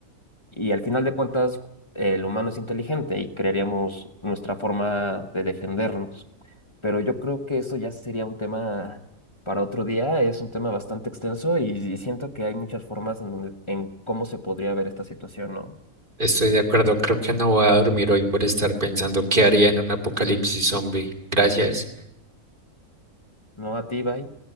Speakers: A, on the left; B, on the right.
A: y al final de cuentas, el humano es inteligente y crearíamos nuestra forma de defendernos. Pero yo creo que eso ya sería un tema para otro día, es un tema bastante extenso y, y siento que hay muchas formas en donde, en cómo se podría ver esta situación, ¿no?
B: Estoy de acuerdo, creo que no voy a dormir hoy por estar pensando qué haría en un apocalipsis zombie. Gracias.
A: ¿No a ti, Bai?